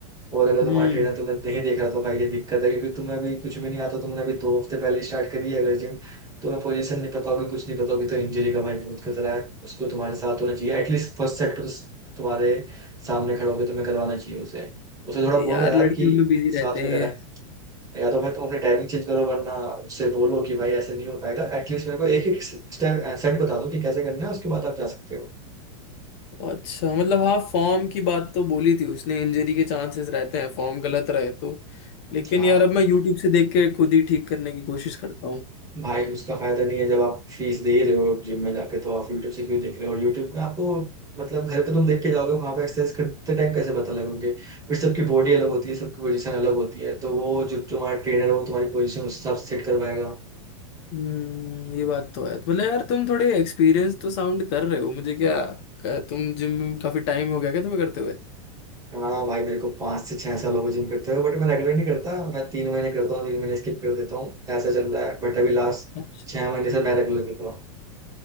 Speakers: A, on the right (about 20°); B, on the left (about 50°).
A: और अगर
B: हम्म
A: तुम्हारा ट्रेनर तुम्हें नहीं देख रहा तो भाई ये दिक्कत है क्योंकि तुम्हें अभी कुछ भी नहीं आता तुमने अभी दो हफ्ते पहले स्टार्ट करी है अगर जिम तुम्हें पोजीशन नहीं पता होगी कुछ नहीं पता होगी तो इंजरी का भाई बहुत खतरा है उसको तुम्हारे साथ होना चाहिए एटलीस्ट फर्स्ट सेट पर तो तुम्हारे सामने खड़ा होकर तुम्हें करवाना चाहिए उसे उसे थोड़ा बोलो
B: यार
A: यार
B: लड़कियों
A: कि
B: में बिजी रहते
A: साथ में
B: हैं
A: कराए
B: ये।
A: या तो मैं तुम अपनी टाइमिंग चेंज करो वरना उससे बोलो कि भाई ऐसे नहीं हो पाएगा एटलीस्ट मेरे को एक एक स्टेप सेट बता दो कि कैसे करना है उसके बाद आप जा सकते हो
B: अच्छा मतलब हाँ फॉर्म की बात तो बोली थी उसने इंजरी के चांसेस रहते हैं फॉर्म गलत रहे तो लेकिन
A: हाँ
B: यार अब मैं यूट्यूब से देख के खुद ही ठीक करने की कोशिश करता हूँ
A: भाई उसका फायदा नहीं है जब आप फीस दे ही रहे हो जिम में जाके तो आप यूट्यूब से भी देख रहे हो और यूट्यूब में आपको मतलब घर पे तुम देख के जाओगे वहां पे एक्सरसाइज करते टाइम कैसे पता लगोगे फिर सबकी बॉडी अलग होती है सबकी पोजीशन अलग होती है तो वो जो तुम्हारा ट्रेनर हो तुम्हारी पोजीशन उस हिसाब से सेट करवाएगा
B: हम्म ये बात तो है तो मतलब यार तुम थोड़े एक्सपीरियंस तो साउंड कर रहे हो मुझे क्या क्या तुम जिम में काफी टाइम हो गया क्या तुम्हें करते हुए
A: हाँ भाई मेरे को पाँच से छह साल हो गए जिम करते हुए बट मैं रेगुलर नहीं करता मैं तीन महीने करता हूँ तीन महीने स्किप कर देता हूँ ऐसा चल रहा है बट अभी लास्ट
B: अच्छा
A: छह महीने से मैं रेगुलर कर रहा हूँ